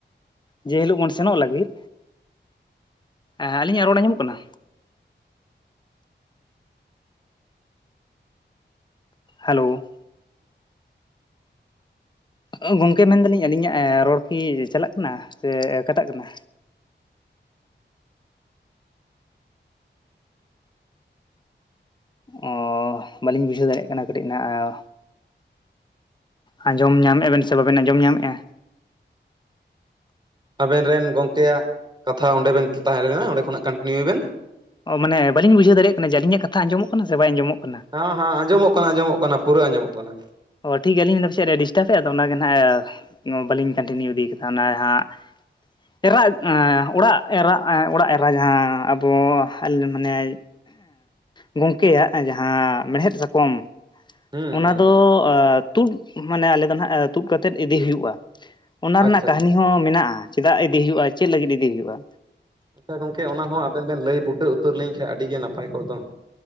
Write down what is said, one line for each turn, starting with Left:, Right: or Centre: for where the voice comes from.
Left: ᱡᱮ ᱦᱤᱞᱳᱜ ᱵᱩᱱ ᱥᱮᱱᱚᱜ ᱞᱟᱹᱜᱤᱫ ᱮᱸ ᱟᱞᱤᱧ ᱟᱜ ᱨᱚᱲ ᱟᱡᱚ ᱢᱚᱜ ᱠᱟᱱᱟ? ᱦᱮᱞᱳ᱾ ᱚ ᱜᱚᱝᱠᱮ ᱢᱮᱱ ᱫᱟᱞᱤᱧ ᱟᱹᱞᱤᱧ ᱟᱜ ᱮ ᱸ ᱨᱚᱲ ᱠᱤ ᱪᱟᱞᱟᱜ ᱠᱟᱱᱟ ᱥᱮ ᱠᱟᱴᱟᱜ ᱠᱟᱱᱟ? ᱚ ᱵᱟᱹᱞᱤᱧ ᱵᱩᱡᱷᱟᱹᱣ ᱫᱟᱲᱮᱜ ᱠᱟᱱᱟ ᱠᱟᱹᱴᱤᱡ ᱱᱟᱦᱟᱸᱜ ᱚᱻᱼᱼ ᱟᱸᱡᱚᱢ ᱧᱟᱢᱮᱜ-ᱟ ᱵᱮᱱ ᱥᱮ ᱵᱟ ᱵᱮᱱ ᱟᱸᱡᱚᱢ ᱧᱟᱢᱮᱜ-ᱟ?
Right: ᱟᱵᱮᱱ ᱨᱮᱱ ᱜᱚᱝᱠᱮ ᱭᱟᱜ ᱠᱟᱛᱷᱟ ᱚᱸᱰᱮ ᱵᱮᱱ ᱛᱟᱦᱮᱸ ᱞᱮᱱᱟ ᱚᱸᱰᱮ ᱠᱷᱚ ᱱᱟᱜ ᱠᱟᱱᱴᱤ ᱱᱤᱭᱩᱭ ᱵᱮᱱ᱾
Left: ᱚ ᱢᱟᱱᱮ ᱵᱟᱹᱞᱤᱧ ᱵᱩᱡᱷᱟᱹᱣ ᱫᱟᱲᱮ ᱭᱟᱜ ᱠᱟᱱᱟ ᱡᱮ ᱟᱹᱞᱤᱧᱟᱜ ᱠᱟᱛᱷᱟ ᱟᱸᱡᱚ ᱢᱚᱜ ᱠᱟᱱᱟ ᱥᱮ ᱵᱟᱭ ᱟᱸᱡᱚ ᱢᱚᱜ ᱠᱟᱱᱟ?
Right: ᱦᱮᱸ ᱦᱮᱸ ᱟᱸᱡᱚ ᱢᱚᱜ ᱠᱟᱱᱟ ᱟᱸᱡᱚ ᱢᱚᱜ ᱠᱟᱱᱟ ᱯᱩᱨᱟᱹ ᱟᱸᱡᱚ ᱢᱚᱜ ᱠᱟᱱᱟ᱾
Left: ᱚ ᱴᱷᱤᱠ ᱜᱮᱭᱟ ᱟᱹᱞᱤᱧ ᱢᱮᱱ ᱵᱟᱥᱮᱜ ᱨᱮ ᱰᱤᱥ ᱴᱟᱵ ᱮᱜ-ᱟ ᱟᱫᱚ ᱚᱱᱟ ᱜᱮ ᱱᱟᱦᱟᱸᱜ ᱚᱻᱚᱸ ᱵᱟᱹᱞᱤᱧ ᱠᱟᱱᱴᱤ ᱱᱤᱭᱩ ᱤᱫᱤ ᱠᱟᱫᱟ ᱚᱱᱟ ᱦᱟᱸᱜ᱾ <unintelligible> ᱚᱸᱻ ᱚᱲᱟᱜ ᱮᱨᱟᱜ ᱚᱸ ᱚᱲᱟᱜ ᱮᱨᱟ ᱡᱟᱦᱟᱸ ᱟᱵᱚ <unintelligible> ‌ ᱢᱟᱱᱮᱼᱼ ᱜᱚᱝᱠᱮ ᱭᱟᱜ ᱡᱟᱦᱟᱸ ᱢᱮᱬᱦᱮᱫ ᱥᱟᱠᱚᱢᱼᱼ
Right: ᱦᱩᱸ
Left: ᱚᱱᱟ
Right: ᱦᱩᱸ
Left: ᱫᱚ
Right: ᱦᱩᱸ
Left: ᱚᱻ ᱛᱩᱫ ᱢᱟᱱᱮ ᱟᱞᱮ ᱫᱚ ᱱᱟ ᱦᱟᱸᱜ ᱛᱩᱫ ᱠᱟᱛᱮᱜ ᱤᱫᱤ ᱦᱩᱭᱩᱜ-ᱟ᱾ ᱚᱱᱟ
Right: ᱟᱪᱪᱷᱟ
Left: ᱨᱮᱱᱟᱜ ᱠᱟᱦᱱᱤ
Right: ᱟᱪᱪᱷᱟ
Left: ᱦᱚᱸ ᱢᱮᱱᱟᱜ-ᱟ ᱪᱮᱫᱟᱜ ᱤᱫᱤ ᱦᱩᱭᱩᱜ-ᱟ ᱪᱮᱫ ᱞᱟᱹᱜᱤᱫ ᱤᱫᱤ ᱦᱩᱭᱩᱜ-ᱟ᱾
Right: ᱟᱪᱪᱷᱟ ᱜᱚᱝᱠᱮ ᱚᱱᱟ ᱦᱚᱸ ᱟᱵᱮᱱ ᱵᱮᱱ ᱞᱟᱹᱭ ᱵᱩᱴᱟᱹ ᱩᱛᱟᱹᱨ ᱞᱤᱧ ᱠᱷᱟᱡ ᱟᱹᱰᱤ ᱜᱮ ᱱᱟᱯᱟᱭ ᱠᱚᱜ ᱫᱚ᱾